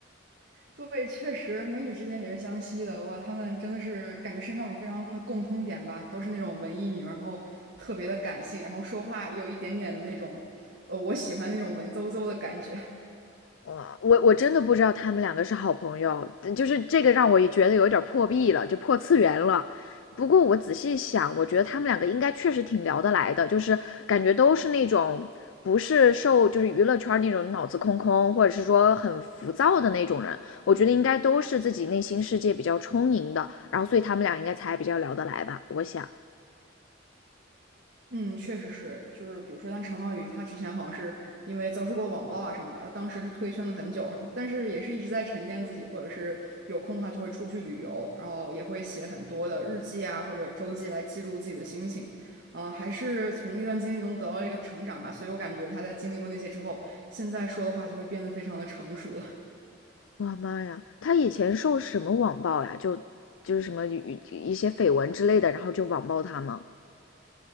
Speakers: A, on the right; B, on the left.
A: 对，确实，美女之间也是相吸的。哇，她们真的是感觉身上有非常的共通点吧，都是那种文艺女，然后特别的感性，然后说话有一点点的那种，呃，我喜欢那种文绉绉的感觉。
B: 哇，我我真的不知道他们两个是好朋友，嗯就是这个让我也觉得有点破壁了，就破次元了。不过我仔细想，我觉得他们两个应该确实挺聊得来的，就是感觉都是那种不是受就是娱乐圈那种脑子空空，或者是说很浮躁的那种人。我觉得应该都是自己内心世界比较充盈的，然后所以他们俩应该才比较聊得来吧，我想。
A: 嗯，确实是，就是比如说像陈浩宇，他之前好像是因为遭受过网暴啊什么的，当时是退圈了很久，但是也是一直在沉淀自己，或者是有空的话就会出去旅游，然后也会写很多的日记啊或者周记来记录自己的心情，啊、还是从那段经历中得到了一个成长吧，所以我感觉他在经历过那些之后，现在说的话就会变得非常的成熟了。
B: 哇妈呀，他以前受什么网暴呀？就就是什么一一些绯闻之类的，然后就网暴他吗？